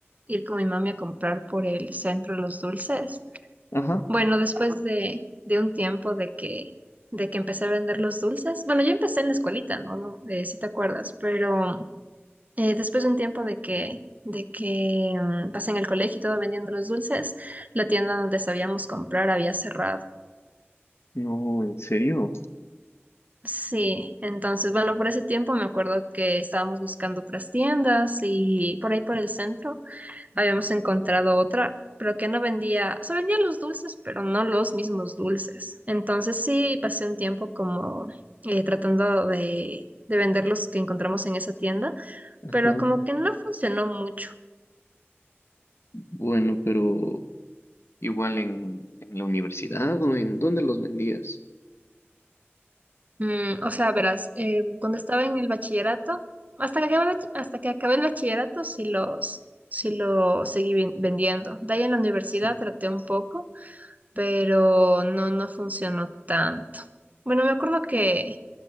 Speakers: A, on the right; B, on the left.
A: ir con mi mami a comprar por el centro los dulces?
B: Ajá.
A: Bueno, después de, de un tiempo de que, de que empecé a vender los dulces, bueno, yo empecé en la escuelita, ¿no? no si te acuerdas, pero eh, después de un tiempo de que, de que mm, pasé en el colegio y todo vendiendo los dulces, la tienda donde sabíamos comprar había cerrado.
B: No, ¿en serio?
A: Sí, entonces, bueno, por ese tiempo me acuerdo que estábamos buscando otras tiendas y por ahí por el centro habíamos encontrado otra, pero que no vendía, o sea, vendía los dulces, pero no los mismos dulces. Entonces sí, pasé un tiempo como eh, tratando de, de vender los que encontramos en esa tienda,
B: Ajá.
A: pero como que no funcionó mucho.
B: Bueno, pero... Igual en, en la universidad o en dónde los vendías.
A: Mm, o sea, verás, eh, cuando estaba en el bachillerato, hasta que acabé, el bach- hasta que acabé el bachillerato, sí los, sí lo seguí ven- vendiendo. De ahí en la universidad
B: Sí.
A: traté un poco, pero no, no funcionó tanto. Bueno, me acuerdo que,